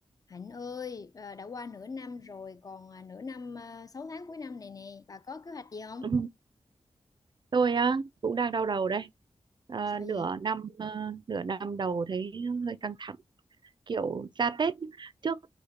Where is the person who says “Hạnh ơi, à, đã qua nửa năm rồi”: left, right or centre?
Left